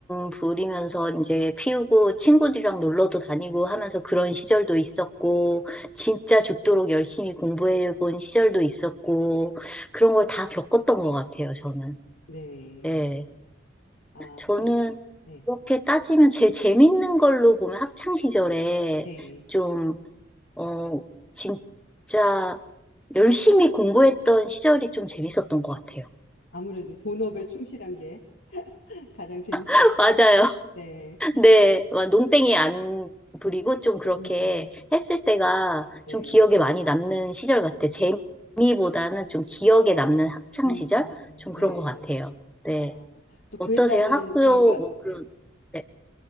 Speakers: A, in the centre; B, on the left.
A: 부리면서 이제 피우고, 친구들이랑 놀러도 다니고 하면서 그런 시절도 있었고, 진짜 죽도록 열심히 공부해 본 시절도 있었고, 그런 걸 다 겪었던 것 같아요, 저는.
B: 네.
A: 네.
B: 아,
A: 저는
B: 그, 네.
A: 그렇게 따지면 제일 재밌는 걸로 보면 학창 시절에
B: 네.
A: 좀, 어, 진짜 열심히 공부했던 시절이 좀 재밌었던 것 같아요.
B: 아무래도 본업에 충실한 게. 가장 재밌었.
A: <laughs> 맞아요.
B: 네.
A: <laughs> 네. 막 농땡이 안 부리고 좀 그렇게
B: 음,
A: 했을 때가
B: 네.
A: 좀 기억에 많이 남는 시절 같아요. 재미보다는 좀 기억에 남는 학창
B: 음,
A: 시절? 좀
B: 네.
A: 그런 것 같아요. 네.
B: 아, 또 그에
A: 어떠세요?
B: 따른
A: 학교,
B: 결과,
A: 뭐, 그런,
B: 예.
A: 네.